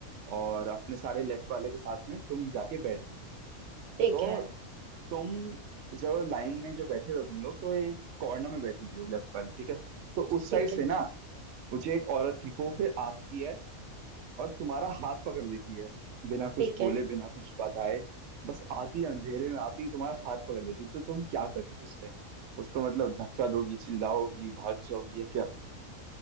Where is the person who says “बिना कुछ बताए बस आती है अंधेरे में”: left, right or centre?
Right